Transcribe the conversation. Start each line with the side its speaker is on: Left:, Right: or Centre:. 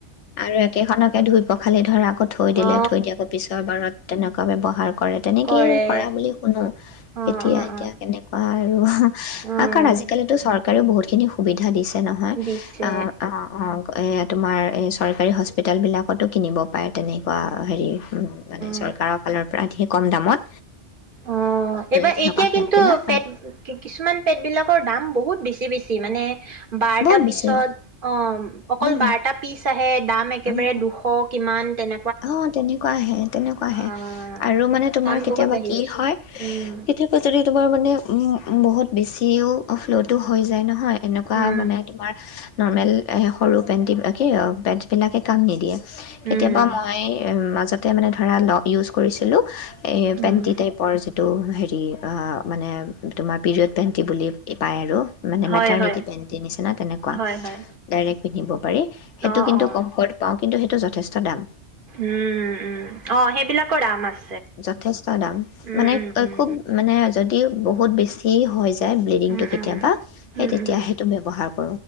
Left: আৰু একেখনকে ধু ধুই পোখালি ধৰক আকৌ থৈ দিলে,
Right: অ
Left: থৈ দি আকৌ পিছৰ বাৰত তেনেক বাবে ব ব্যৱহাৰ কৰে, তেনেকেই
Right: কৰে
Left: কৰা বুলি শুনো।
Right: অ
Left: এতিয়া
Right: অ
Left: এতিয়া
Right: অ
Left: কেনেকুৱা আৰু
Right: উম
Left: আকাৰ আজিকালিটো চৰকাৰেও বহুত <unintelligible> সুবিধা দিছে নহয়,
Right: দিছে
Left: অহ, অহ, এ তোমাৰ এই চৰকাৰী হস্পিতালবিলাকতো কিনিব পাৰে তেনেই। অ হেৰি হুম মানে চৰকাৰৰ
Right: অ
Left: ফালৰ পৰা ধে কম দামত।
Right: অ', এইবাৰ
Left: তেনেকুৱা
Right: এতিয়া
Left: পেডবিলাক
Right: কিন্তু
Left: পায়
Right: পেদ কিছুমান পেদবিলাকৰ দাম বহুত বেছি-বেছি মানে বাৰটা
Left: বহুত
Right: পিচত,
Left: বেছি
Right: অ', অকল
Left: উম,
Right: বাৰটা পিচ আহে, দাম একেবাৰে
Left: উম।
Right: দুশ কিমান আম টেঙা
Left: অ', তেনেকুৱাহে। তেনেকুৱাহে
Right: অ',
Left: আৰু মানে তোমাৰ
Right: দাম
Left: কেতিয়াবা
Right: বহুত বাঢ়ি
Left: কি
Right: গৈছে।
Left: হয়
Right: উম,
Left: কেতিয়াবা যদি তোমাৰ মানে উম উম বহুত বেছিও অফলদো হৈ যায় নহয়। এনেকুৱা
Right: উম,
Left: মানে তোমাৰ নৰ্মেল সৰু পেণ্টি বিলাকে পেডচ বিলাকে কাম নিদিয়ে।
Right: উম।
Left: কেতিয়াবা মই উম মাজে তাতে মানে ধৰা লো ইউচ কৰিছিলো এই
Right: উম,
Left: পেণ্টি টাইপৰ যিটো হেৰি ই মানে তোমাৰ পিৰিয়ড পেণ্টি বুলি পায় আৰু মানে
Right: হয়,
Left: মেটাৰ্নিটি
Right: হয়,
Left: পেণ্টি নিছিনা তেনেকুৱা
Right: হয়, হয়।
Left: ডাইৰেক্ট পিন্ধিব পাৰি সেইটো
Right: অ',
Left: কিন্তু
Right: অ',
Left: কম্ফৰ্ট পাও কিন্তু সেইটো যথেষ্ট দাম।
Right: উম উম অ' সেইবিলাকৰ দাম আছে।
Left: যথেষ্ট দাম
Right: উম,
Left: মানে
Right: উম, উম,
Left: খুব মানে তেও বহুত বেছি হয়। ব্লিদিংটো
Right: উম,
Left: কেতিয়াবা
Right: উম, উম,
Left: এ তেতিয়াহে
Right: উম,
Left: সেইটো ব্যৱহাৰ <inaudible>